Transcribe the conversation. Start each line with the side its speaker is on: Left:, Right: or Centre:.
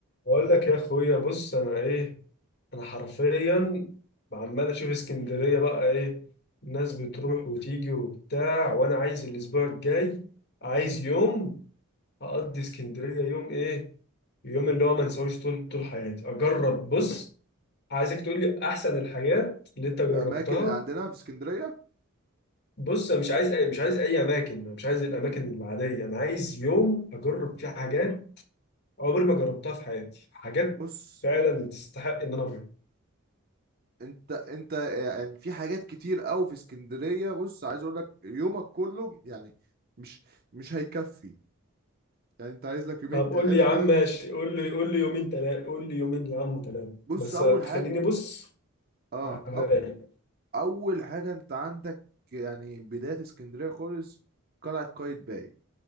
Left: بقول لك يا اخويا بص انا ايه انا حرفيا عمال اشوف اسكندريه بقى ايه الناس بتروح وتيجي وبتاع وانا عايز الاسبوع الجاي عايز
Right: امم
Left: يوم اقضي اسكندريه يوم ايه يوم اللي هو ما انساهوش طول طول حياتي اجرب بص عايزك تقول لي احسن الحاجات اللي انت جربتها
Right: الاماكن اللي عندنا في اسكندريه
Left: بص انا مش عايز أي مش عايز اي اماكن أنا مش عايز الاماكن العاديه انا عايز يوم اجرب فيه حاجات عمري ما جربتها في حياتي حاجات
Right: بص
Left: فعلا تستحق ان انا اجربها
Right: انت انت يعني في حاجات كتير قوي في اسكندريه بص عايز اقول لك يومك كله يعني مش مش هيكفي يعني انت عايز لك يومين
Left: طب
Right: ثلاثه
Left: قول لي يا
Right: كده
Left: عم ماشي قول لي قول لي يومين تلاتة قول لي يومين يا عم تلاتة
Right: بص
Left: بس
Right: اول
Left: تخليني
Right: حاجه
Left: بص
Right: اه
Left: على الرايق
Right: أو اول حاجه انت عندك يعني بدايه اسكندريه خالص قلعه قايتباي